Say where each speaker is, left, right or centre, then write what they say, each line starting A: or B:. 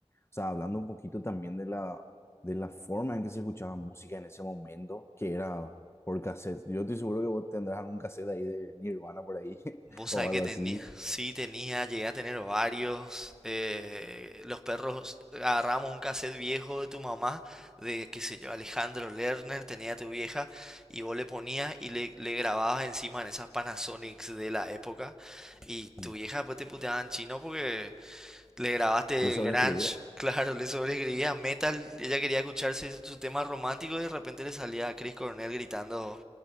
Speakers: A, on the left; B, in the centre.
A: O sea, hablando un poquito también de la, de la forma en que se escuchaba música en ese momento, que era por cassette. Yo estoy seguro que vos tendrás algún cassette ahí de Nirvana por ahí <laughs>
B: Vos sabés
A: o algo
B: que tenía,
A: así.
B: sí, tenía, llegué a tener varios. eh, los perros, agarramos un cassette viejo de tu mamá, de, qué sé yo, Alejandro Lerner, tenía tu vieja, y vos le ponías y le, le grababas encima en esas Panasonics de la época. Y
A: Mm.
B: tu vieja después te puteaba en chino porque le grabaste
A: ¿Le sobreescribía?
B: grunge, <laughs> claro, le sobreescribía metal, ella quería escucharse su su tema romántico y de repente le salía a Chris Cornell gritando